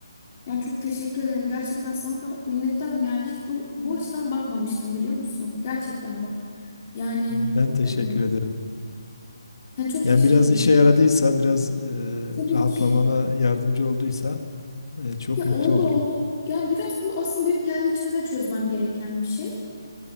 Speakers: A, on the left; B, on the left.
A: Yani çok teşekkür ederim. Gerçekten sana da minnettarım. Yani hiç bu bu açıdan bakmamıştım biliyor musun? Gerçekten bak. Yani
B: Ben teşekkür
A: e,
B: ederim.
A: sen çok
B: Yani
A: teşekkür
B: biraz işe
A: ederim.
B: yaradıysa, biraz e,
A: Tabii
B: rahatlamana
A: ki
B: yardımcı olduysa e, çok
A: Ya
B: mutlu
A: oldu
B: olurum.
A: oldu. Yani biraz bu aslında benim kendi içimde de çözmem gereken bir şey.